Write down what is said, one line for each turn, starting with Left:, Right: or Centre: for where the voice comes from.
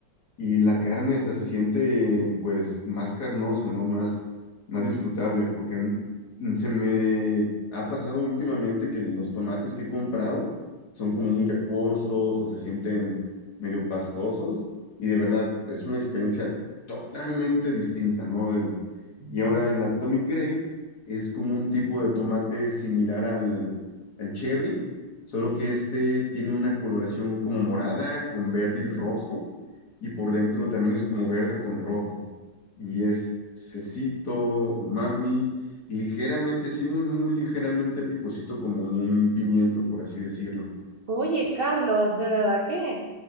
Left: y la carne hasta se siente pues más carnoso, ¿no? Más, más disfrutable, porque mm, se me ha pasado últimamente que los tomates que he comprado son como muy acuosos o se sienten medio pastosos y de verdad es una experiencia totalmente distinta, ¿no? El- y ahora el Atomic Grape es como un tipo de tomate similar al, al cherry, solo que este tiene una coloración como morada con verde y rojo y por dentro también es como verde con rojo. Y es cecito, umami, y ligeramente, sí, muy, muy ligeramente picosito como un pimiento, por así decirlo.
Right: Oye, Carlos, de verdad que...